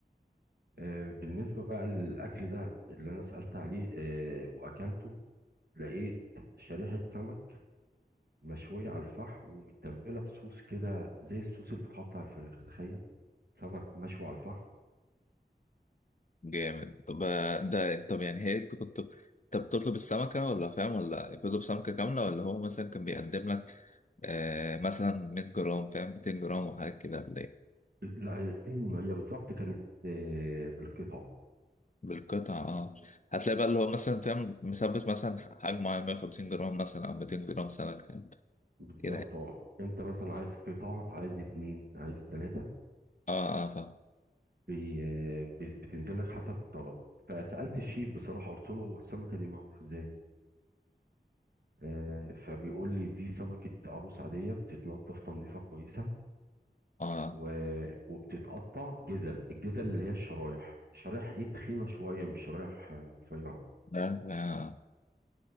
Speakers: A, on the right; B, on the left.
A: آه، بالنسبه بقى للاكل ده اللي انا سالت عليه آه، واكلته لقيت شريحه سمك مشويه على الفحم ومتبله بصوص كده زي الصوص اللي بيتحط على الفراخ تخيل سمك مشوي على الفحم
B: جامد طب آه، ده طب يعني هي انت كنت طب بتطلب السمكة ولا فاهم ولا بتطلب سمكة كاملة ولا هو مثلا كان بيقدم لك آه مثلا 100 جرام فاهم 200 جرام وحاجات كده ولا ايه
A: لا هي بالظبط كانت آه، بالقطعه
B: بالقطعة اه هتلاقي بقى اللي هو مثلا فاهم مثبت مثلا حجم معين 150 جرام مثلا او 200 جرام سمك فاهم
A: بالظبط
B: كده يعني.
A: اه انت مثلا عايز قطع عايز اتنين عايز تلاتة
B: اه اه فاهم
A: بي... آه، ب- بتنزل لك حسب الطلب فسألت الشيف بصراحة قلت له هو السمكة دي معمولة ازاي آه فبيقول لي دي سمكة عروس عادية بتتنضف تنظيفة كويسة
B: اه
A: و... وبتتقطع جزل الجزل اللي هي الشرايح شرايح ايه تخينة شوية مش شرايح آه، رفيعة
B: عارف، اه